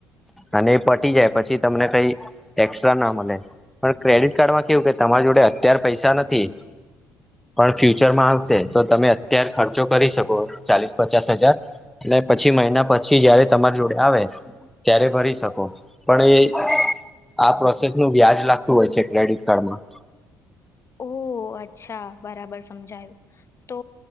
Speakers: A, in the centre; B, on the left.
A: અને એ પટી જાય પછી તમને કઈ એક્સ્ટ્રા ના મળે પણ ક્રેડિટ કાર્ડ માં કેવું કે તમારી જોડે અત્યાર પૈસા નથી. પણ ફ્યુચરમાં આવશે તો તમે અત્યાર ખર્ચો કરી શકો ચાલીસ પચાસ હજાર એટ પછી મહિના પછી જયારે તમારી જોડે આવે. ત્યારે ભરી શકો, પણ એ આ પ્રોસેસ નું વ્યાજ લાગતું હોય છે. ક્રેડિટ કાર્ડમાં.
B: ઓ અચ્છા બરાબર સમજાયું તો